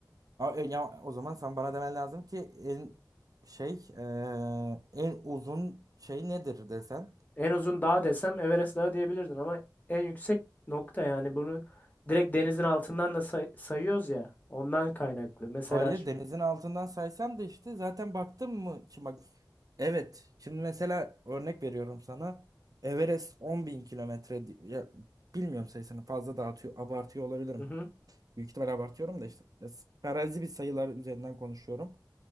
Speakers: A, on the right; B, on the left.
A: A- e, ya, o zaman sen bana demen lazım ki en şey eee, en uzun şey nedir desen.
B: En uzun dağ desem Everest Dağı diyebilirdin ama en yüksek nokta yani bunu direkt denizin altından da say- sayıyoruz ya ondan kaynaklı. Mesela
A: Hayır
B: şimdi.
A: denizin altından saysan da işte zaten baktın mı? Şimdi bak evet şimdi mesela örnek veriyorum sana Everest on bin kilometre di- ya, bilmiyorum sayısını fazla dağıtıyor abartıyor olabilirim.
B: Hı hı,
A: Büyük ihtimal abartıyorum da işte ya, s- farazi bir sayılar üzerinden konuşuyorum.